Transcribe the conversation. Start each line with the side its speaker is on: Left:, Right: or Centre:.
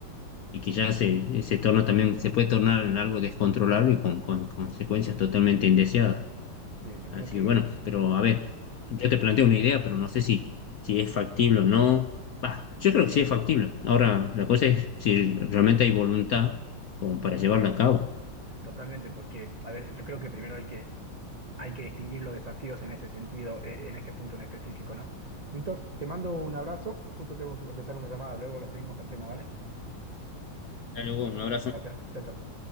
Left: y que ya se, se torna también, se puede tornar en algo descontrolable y con, con consecuencias totalmente indeseadas.
Right: Sí, yo
Left: Así
Right: creo que,
Left: que bueno, pero a ver, yo te planteo una idea, pero no sé si, si es factible o no. Bah,
Right: y-
Left: yo creo que sí es factible. Ahora, la cosa es si realmente hay voluntad como para llevarla a cabo.
Right: totalmente, porque, a ver, yo creo que primero hay que hay que distinguir los desafíos en ese sentido, eh, en ese punto en específico, ¿no? Víctor, te mando un abrazo. Justo tengo que contestar una llamada. Luego la seguimos el tema, ¿vale?
Left: Hasta luego, un abrazo.
Right: Gracias. Chao, chao.